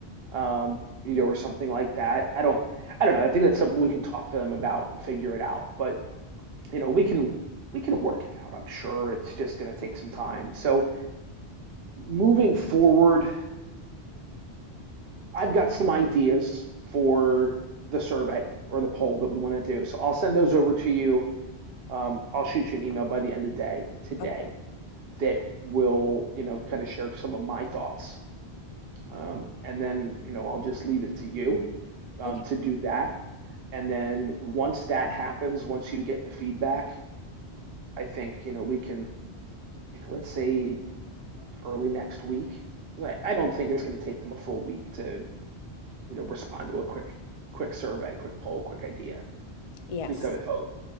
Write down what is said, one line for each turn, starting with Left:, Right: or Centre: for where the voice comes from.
Right: um, you know, or something like that. I don't, I don't know. I think that's something we can talk to them about and figure it out. But you know, we can we can work it out. I'm sure it's just going to take some time. So moving forward, I've got some ideas for the survey or the poll that we want to do. So I'll send those over to you. Um, I'll shoot you an email by the end of the day today
Left: Okay,
Right: that will you know kind of share some of my thoughts. Um, and then you know I'll just leave it to you um,
Left: okay.
Right: to do that And then once that happens, once you get the feedback, I think, you know, we can, you know, let's say early next week. I, I don't think it's going to take them a full week to, you know, respond to a quick, quick survey, quick poll, quick idea. At
Left: Yes.
Right: least I would hope.
Left: <laughs>